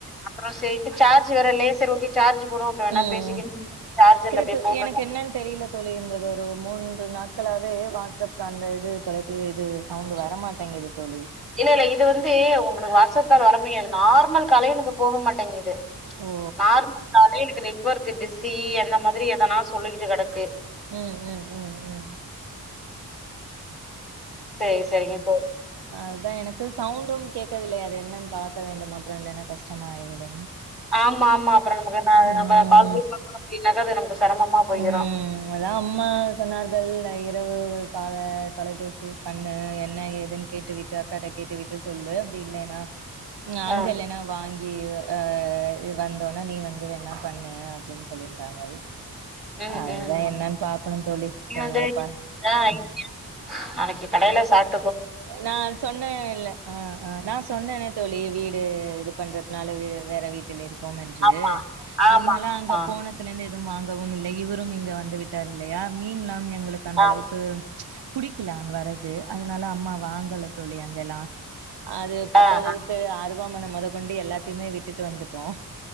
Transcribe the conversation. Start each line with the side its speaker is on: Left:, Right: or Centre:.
Centre: அப்பற சரின்ட்டு சார்ஜ் வேற இல்ல லேசா சார்ஜ் போடுவோம். அப்புறம் வேணா
Right: உம்
Centre: பேசிக்கன்னு சொல்லிட்டு சார்ஜர்ல
Right: எனக்கு
Centre: அப்படியே போட்டுட்டோம்.
Right: எனக்கு என்னன்னு தெரியல தோழி இருந்த ஒரு மூன்று நாட்களாவே வாட்ஸ்அப் அந்த இது தொலை இது சவுண்ட் வரமாட்டேங்குது தோழி
Centre: இல்ல இல்ல இது வந்து உங்களுக்கு வாட்ஸ்அப் கால் வர முடியாது நார்மல் காலே எனக்கு போக மாட்டேங்குது
Right: ஓ
Centre: நார்மல் காலே எனக்கு நேத் நெட்வொர்க்கு பிஸி அந்த மாதிரி எதனா சொல்லிக்கிட்டு கெடக்கு
Right: உம் உம் உம் உம்
Centre: சரி சரிங்க போ
Right: அதுதா எனக்கு சவுண்டு கேட்கவில்லை அது என்னன்னு பாக்க வேண்டு அப்பற இல்லைன்னா கஷ்டமா ஆயிவிடு
Centre: ஆமா ஆமா அப்புற நமக்கு ந
Right: ம்
Centre: நம்ம கால் போக அப்படின்னாக்கா அது நமக்கு சிரமமா போயிரும்.
Right: உம் அதா அம்மா சொன்னார்கள் இரவு கால தொலைபேசி பண்ணு என்ன ஏதுன்னு கேட்டுவிட்டு அக்காட்ட கேட்டுவிட்டு சொல்லு அப்டி இல்லைன்னா ம்
Centre: அ.
Right: அங்க இல்லனா வாங் இ ஆஹ் இது வந்தோனே நீ வந்து அதுவேண்ணா பண்ணு அப்டினு சொல்லியிருந்தாங்கல்
Centre: ம்,
Right: அதுதா
Centre: ம்.
Right: என்னனு பாக்கணு தோழி
Centre: நீ
Right: கொஞ்ச
Centre: வந்து
Right: ஒருப்பா
Centre: ஆ. நாளைக்கு கடையில சாப்ட்
Right: நா சொன்னே இல்ல அ ஆஹ் நா சொன்னேனே தோழி வீடு இது பண்றதுனால வேற வேற வீட்டில் இருக் இருப்போ என்று
Centre: ஆமா ஆமா
Right: அதனால
Centre: ஆமா
Right: அங்க போனத்துலருந்து எதும் வாங்க இல்லை இவரும் இங்க வந்து விட்டார் இல்லையா மீன்ல்லா ம் உங்களுக்கு அந்த
Centre: ஆம்
Right: அளவுக்கு புடிக்கலா அங்க வறது அதனால அம்மா வாங்கல தோழி அங்கெல்லா அது பத்தாததுக்கு
Centre: ஆ ஆ
Right: ஆறு அருவாமன மொத கொண்டு எல்லாத்தையுமே விட்டு வந்துட்டோம்